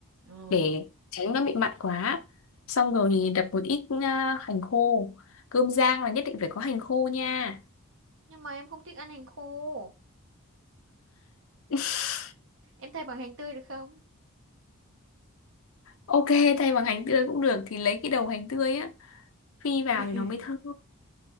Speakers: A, on the right; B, on the left.
A: ờ.
B: để tránh nó bị mặn quá xong rồi thì đập một ít à, hành khô cơm rang là nhất định phải có hành khô nha
A: Nhưng mà em không thích ăn hành khô.
B: <laughs>
A: Em thay bằng hành tươi được không?
B: Ok, thay bằng hành tươi cũng được thì lấy cái đầu hành tươi á phi vào
A: <laughs>
B: thì nó mới thơm.